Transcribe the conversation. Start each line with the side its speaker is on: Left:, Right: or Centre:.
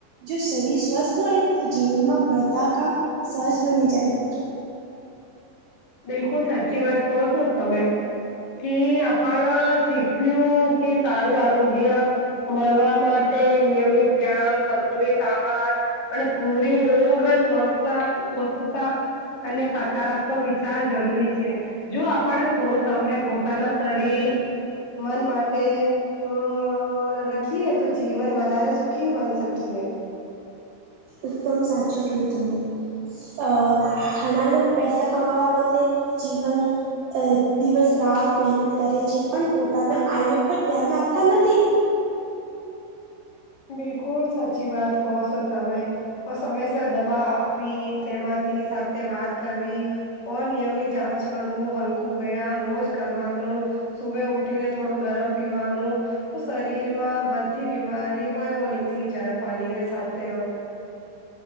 Right: જો શરીર સ્વસ્થ હોય તો જીવનમાં બ્રધા કામ સહજ બની જાય
Left: બિલકુલ સાચી વાત કહો છો તમે કે આપણ શીખ્યું કે સારું આરોગ્ય મળવા માટે નિયમિત વ્યામ સંતુલિત આહાર અને પૂરી ઘ સ્વ સ્વસ્થતા અને સકારાત્મક વિ જરૂરી છે જો આપણે થોડો સમય પોતાના શરીર મન માટે હમ રખીએ તો જીવન વધારે સુખી બન શકીએ
Right: એકદમ સાચું કયું તમે અ ઘણા લોકો પૈસા કમાવા માટે જીવન અ દિવસ રાત મહેનત કરે છે પણ પોતાના આયયો પર ધ્યાન આપતા નથી
Left: બિલકુલ સાચી વાત કહો છો તમે તો સમયસર દવા આપવી તેમાંથી સાથે વાત કરવી ઓ નિયમિત જાંચ કરવું હલકું વ્યાયામ રોજ કરવાનું સુભે ઉઠીને થોડો ગરમ પીવાનું તો શરીરમાં બધી બીમારી વો નિકલી જાય પાણી ર સાતે હો